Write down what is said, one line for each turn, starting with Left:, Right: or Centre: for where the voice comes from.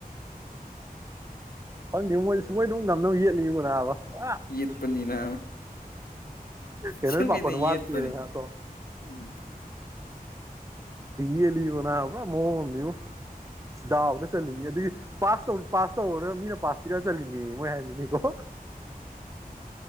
Right: ꯈꯪꯗ ꯃꯣꯏ ꯁ ꯃꯣꯏ ꯑꯗꯨꯝ ꯉꯝꯅꯕ ꯌꯦꯠꯅꯤꯕ ꯅꯥꯕ ꯄꯨꯔꯥ
Left: ꯌꯦꯠꯄꯅꯤꯅ
Right: ꯀꯩꯅꯣꯒꯤ
Left: ꯆꯪ
Right: ꯄꯥꯈꯣꯟ
Left: ꯀꯩꯅ
Right: ꯋꯥꯠꯇꯦꯅꯀꯣ
Left: ꯌꯦꯠꯄꯅꯦ ꯎꯝ
Right: ꯌꯦꯜꯂꯤꯕꯅ ꯄꯨꯥ ꯃꯑꯣꯡ ꯑꯃꯅꯦ ꯁꯤꯗꯥꯎꯕꯗ ꯆꯠꯅꯤ ꯑꯗꯨꯒꯤ ꯄꯥꯁ ꯇꯧ ꯄꯥꯁ ꯇꯧꯔꯒ ꯃꯤꯅ ꯄꯥꯁ ꯄꯤꯔꯒ ꯆꯠꯂꯤꯅꯦ ꯃꯣꯏ ꯍꯥꯏꯕꯅꯤ ꯅꯤꯀꯣꯣ